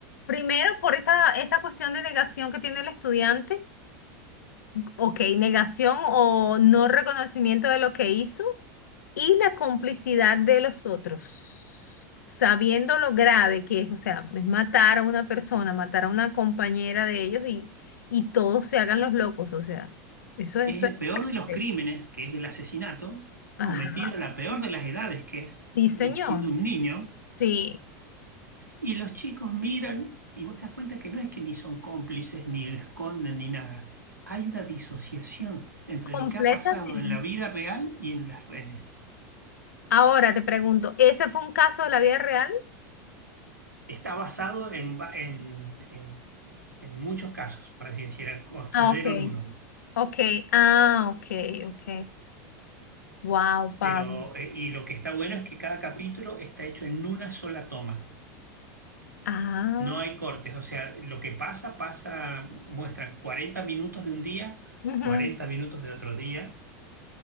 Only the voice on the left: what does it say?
primero, por esa, esa cuestión de negación que tiene el estudiante, ok, negación o no reconocimiento de lo que hizo, y la complicidad de los otros, sabiendo lo grave que es, o sea, es matar a una persona, matar a una compañera de ellos y, y todos se hagan los locos, o sea, eso, eso
es...
Ajá,
sí, señor,
sí,
completamente.
Ahora te pregunto, ¿ese fue un caso de la vida real?
Ah, ok.
Ok, ah, ok, ok. Wow, Pablo.
Ah,
ujú.